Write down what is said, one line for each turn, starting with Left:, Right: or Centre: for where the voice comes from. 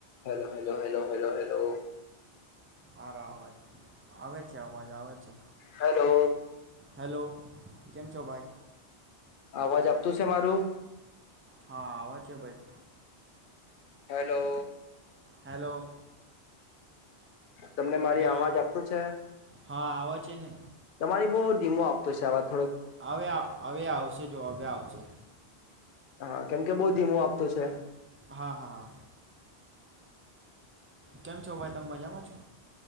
Left: Hello hello hello hello hello.
Right: આરા અવાજ આવે છે અવાજ આવે છે.
Left: Hello
Right: hello. કેમ છો ભાઈ?
Left: અવાજ આપતું સે મારું?
Right: હા આવ છે ભાઈ.
Left: હેલો.
Right: હેલો.
Left: તમને મારી
Right: હેલો
Left: અવાજ આપતું છે?
Right: હા આવ છે ને.
Left: તમારી બહુ ધીમો આપતો સે આવજ.
Right: હવે હવે આવશે જો હવે આવશે.
Left: હા કેમ કે બઉ ધીમુ આપત છે.
Right: હા હા, કેમ છો ભાઈ તમે મજામાં છો?